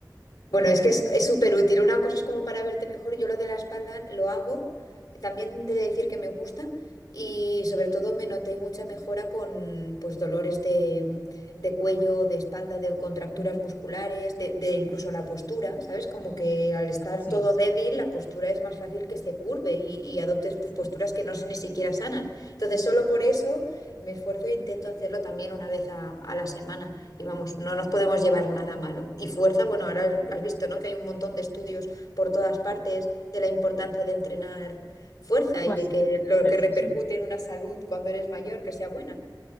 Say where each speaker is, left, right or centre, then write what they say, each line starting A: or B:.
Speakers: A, on the left (about 55°); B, on the left (about 25°).
A: Bueno, es que es súper útil. Una cosa es como para verte mejor. Yo lo de la espalda lo hago. También de decir que me gusta. Y sobre todo me noté mucha mejora con pues dolores de, de cuello, de espalda, de contracturas
B: Ujú.
A: musculares, de, de incluso la postura, ¿sabes? Como que al estar
B: Sí,
A: todo débil, la postura es más fácil que se curve y, y adoptes pues,
B: sí,
A: posturas que no son ni siquiera sanas. Entonces, solo por eso. Me esfuerzo e intento hacerlo también una vez a, a la semana. Y vamos, no nos podemos llevar nada malo. Y fuerza, bueno, ahora has visto, ¿no? Que hay un montón de estudios por todas partes de la importancia de entrenar fuerza
B: fuerza.
A: y de que lo
B: Eso
A: que repercute
B: sí.
A: en una salud cuando eres mayor, que sea buena.